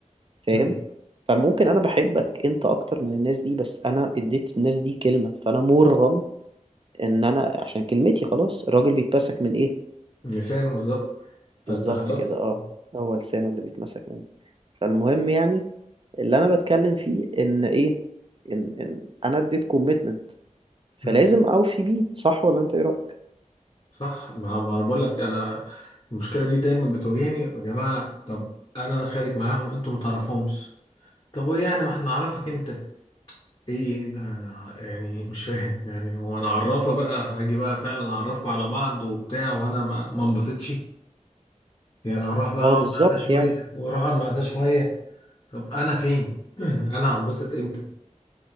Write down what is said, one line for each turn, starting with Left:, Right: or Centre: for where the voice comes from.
Right: فاهم
Left: مم.
Right: فممكن انا بحبك انت اكتر من الناس دي بس انا اديت الناس دي كلمة فانا مرغم ان انا عشان كلمتي خلاص الراجل بيتمسك من ايه
Left: لسانه بالظبط فأنت
Right: بالظبط
Left: خلاص
Right: كده اه هو لسانه اللي بيتمسك منه فالمهم يعني اللي انا بتكلم فيه ان ايه ان ان انا اديت كوميتمنت فلازم
Left: مم.
Right: اوفي بيه صح ولا انت ايه رأيك
Left: صح ما, ما أنا بقول لك أنا المشكلة دي دايما بتواجهني يا جماعة طب أنا خارج معاهم أنتوا ما تعرفهمش طب وإيه يعني ما إحنا نعرفك أنت إيه أنا يعني مش فاهم يعني هو أنا عرافة بقى هاجي بقى فعلا أعرفكم على بعض وبتاع وأنا ما ما انبسطش يعني هروح بقى
Right: اه
Left: أقعد
Right: بالظبط
Left: مع ده شوية
Right: يعني
Left: وأروح أقعد مع ده شوية طب أنا فين؟ <clears throat> أنا هنبسط إمتى؟